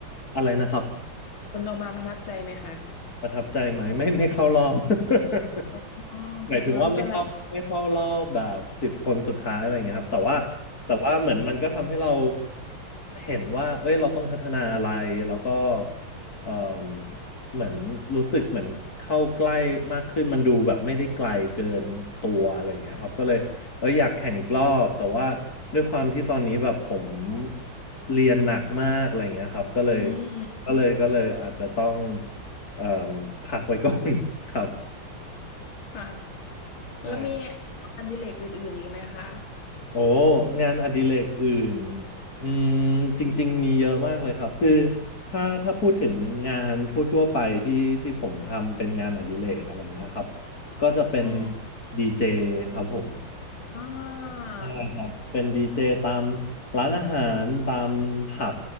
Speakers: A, on the left; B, on the left.
A: อะไรนะครับ
B: ผลออกมาประทับใจไหมคะ
A: ประทับใจไหมไม่ไม่เข้ารอบ <laughs>
B: อ๋อโอเคค่ะไม่เป็นไร
A: หมายถึงว่าไม่เข้าไม่เข้ารอบแบบสิบคนสุดท้ายอะไรอย่างเงี้ยครับแต่ว่าแต่ว่าเหมือนมันก็ทำให้เราเห็นว่าเอ้ยเราต้องพัฒนาอะไรแล้วก็เอ่มเหมือนรู้สึกเหมือนเข้าใกล้มากขึ้นมันดูแบบไม่ได้ไกลเกินตัวอะไรอย่างเงี้ยครับก็เลยเอ้ยอยากแข่งอีกรอบแต่ว่าด้วยความที่ตอนนี้แบบผมเรียนหนักมากอะไรอย่างเงี้ยครับก็เลย
B: อืม
A: ก็เลยก็เลยอาจจะต้อง เอ่อพักไว้ก่อน <laughs> ครับ
B: ค่ะ
A: ใช่
B: แล้วมีงานอดิเรกอื่นๆอีกไหมคะ
A: โอ้งานอดิเรกอื่นอืมจริงๆมีเยอะมากเลยครับคือถ้าถ้าพูดถึงงานทั่วๆไปที่ที่ผมทำเป็นงานอดิเรกอะไรเงี้ยครับก็จะเป็น
B: อืม
A: ดีเจครับผม
B: อ่า
A: ใช่ครับเป็นดีเจตามร้านอาหารตามผับ